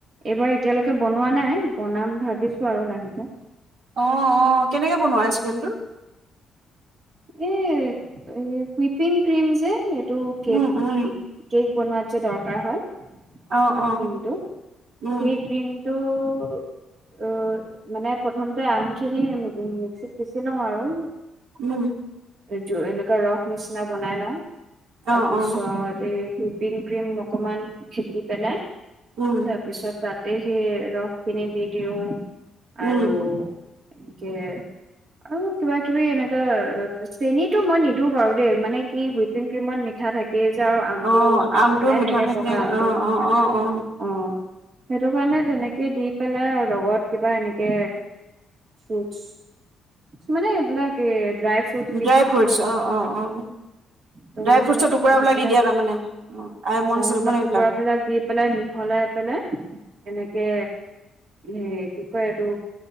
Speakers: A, on the right; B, on the right.
A: এতিয়ালৈকে বনোৱা নাই, বনাম ভাবিছো <unintelligible> লাহেকে।
B: অ' অ' কেনেকে বনোৱা আইচক্ৰীমটো?
A: এঁ! সোইপিং ক্ৰীম যে এইটো কেক
B: উম উম
A: কেক বনোৱাত যে, দৰকাৰ হয় ক্ৰীমটো,
B: অ অ উম
A: সেই ক্ৰীমটো অ' মানে, প্ৰথমতে আমখিনি মিক্সিত পিচি লওঁ আৰু!
B: উম!
A: এইটো, এনেকুৱা ৰস নিচিনা বনাই লওঁ। তাৰপিছত
B: অ অ
A: এই পিংক ক্ৰীম অকমান ফেটি পেলাই
B: উম
A: তাৰপিছত তাত দে সেই, ৰসখিনি দি দিওঁ। আৰু
B: উম
A: এনেকে, অ' কিবা কিবি এনেকে চেনিটো মই নিদো বাৰু দেই, মানে কি হুইপিং ক্ৰীমত মিঠা থাকে। সেই যে আৰু আমটো
B: অ আমটো
A: মিঠাই
B: মিঠা
A: থাকে পকা আমটো,
B: অ অ অ অ
A: অ'! সেইটো কাৰণে, তেনেকে দি পেলাই আৰু লগত কিবা এনেকে ফ্ৰুইটচ মানে, এইবিলাক এ ড্ৰাই ফ্ৰুইট।
B: ড্ৰাই ফ্ৰুইটছ, অ' অ' অ'
A: ত'
B: ড্ৰাই
A: সেই
B: ফ্ৰুইটছৰ টুকুৰাবিলাক
A: সেইবিলাক
B: দি দিয়া তাৰমানে, অ' অলমন্দ,
A: অ
B: চলমন্দ
A: অলপ
B: এইবিলাক।
A: টুকুৰাবিলাক দি পেলাই <unintelligible> এনেকে এ' কি কয় এইটো,